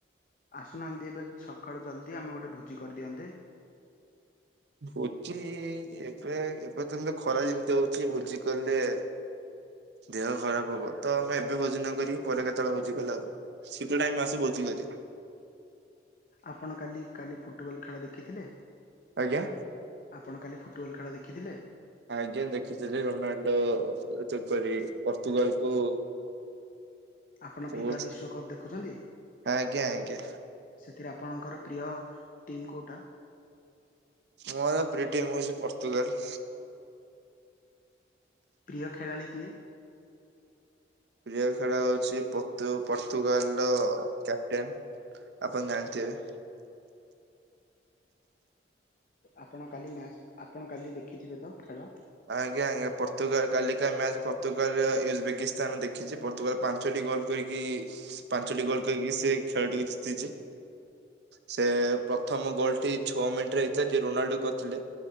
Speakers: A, on the left (about 45°); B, on the right (about 65°).
A: ଆସୁନାହାଁନ୍ତି ଏବେ ସକାଳୁ ଜଲ୍ଦି ଆମେ ଗୋଟେ ଭୋଜି କରିଦିଅନ୍ତେ।
B: ଭୋଜି ଏବେ ଏବେ ତମିତି ଖରା ଯେମିତି ହଉଛି ଭୋଜି କଲେ ଦେହ ଖରାପ ହବ ତ ଆମେ ଏବେ ଭୋଜିନ କର ପରେ କେତେବେଳେ ଭୋଜି କଲେ ହବ। ଶୀତ ଟାଇମ୍ ଆସୁ ଭୋଜି କରିବା।
A: ଆପଣ କାଲି କାଲି ଫୁଟବଲ୍ ଖେଳ ଦେଖିଥିଲେ?
B: ଆଜ୍ଞା।
A: ଆପଣ କାଲି ଫୁଟବଲ୍ ଖେଳ ଦେଖିଥିଲେ?
B: ଆଜ୍ଞା ଦେଖିଥିଲି ରୋନାଲଡୋ କ ପର୍ତୁଗାଲ କୁ
A: ଆପଣ
B: ବହୁତ
A: ଫିଫା ବିଶ୍ଵ କପ୍ ଦେଖୁଛନ୍ତି।
B: ଆଜ୍ଞା ଆଜ୍ଞା
A: ସେଥିରେ ଆପଣଙ୍କର ପ୍ରିୟ ଟିମ୍ କୋଉଟା?
B: ମୋର ପ୍ରିୟ ଟିମ୍ ହଉଛି ପର୍ତ୍ତୁଗାଲ୍।
A: ପ୍ରିୟ ଖେଳାଳି କିଏ?
B: ପ୍ରିୟ ଖେଳ ହଉଛି ପର୍ତୁଗାଲ୍ ର କ୍ୟାପଟେନ୍। ଆପଣ ଜାଣିଥିବେ।
A: ଆପଣ କାଲି ମ୍ୟାଚ ଆପଣ କାଲି ଦେଖିଥିବେ ତ ଖେଳ?
B: ଆଜ୍ଞା ଆଜ୍ଞା ପର୍ତୁଗାଲ କଳିକା ମ୍ୟାଚ ପର୍ତ୍ତୁଗାଲରେ ଉଜବେକିସ୍ତାନ ଦେଖିଛି ପର୍ତ୍ତୁଗାଲ ପାଞ୍ଚ ପାଞ୍ଚଟି ଗୋଲ କରିକି ପାଞ୍ଚଟି ଗୋଲ କରିକି ସେ ଖେଳଟିକୁ ଜିତିଛି। ସେ ପ୍ରଥମ ଗୋଲ ଟି ଛଅ ମିନିଟ ରେ ହେଇଥିଲା ଯ ରୋନାଲ୍ଡୋ କରିଥିଲେ।